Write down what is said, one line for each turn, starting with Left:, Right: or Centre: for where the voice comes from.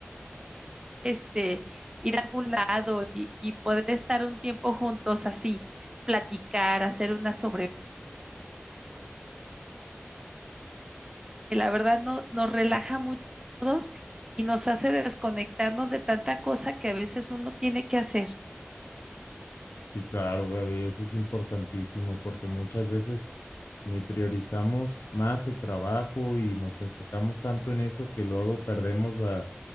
Right: este, ir a algún lado y, y poder estar un tiempo juntos así, platicar, hacer una sobre que la verdad no, nos relaja mucho a todos y nos hace desconectarnos de tanta cosa que a veces uno tiene que hacer.
Left: Sí, claro, Gaby, eso es importantísimo porque muchas veces ni priorizamos más el trabajo y nos enfocamos tanto en eso que luego perdemos a